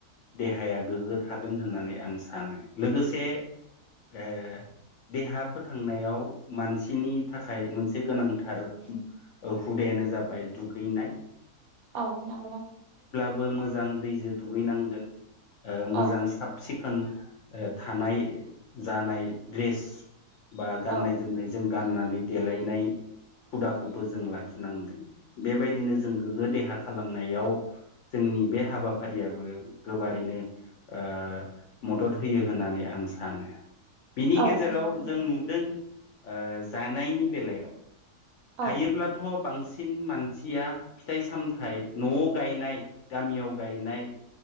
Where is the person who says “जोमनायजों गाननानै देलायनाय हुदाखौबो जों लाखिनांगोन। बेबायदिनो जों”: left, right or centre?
Left